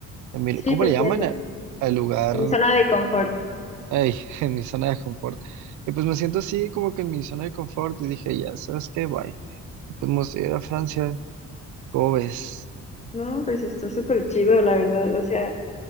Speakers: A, on the right; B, on the left.
A: en mi,
B: sí,
A: ¿cómo
B: te
A: le
B: entiendo.
A: llaman? a- Al lugar,
B: En mi zona de confort.
A: ay, <laughs> en mi zona de confort. Y pues me siento así como que en mi zona de confort y dije, ya, ¿sabes qué? Bye. Y pues me gustaría ir a Francia, ¿cómo ves?
B: No, pues está súper chido, la verdad. O sea,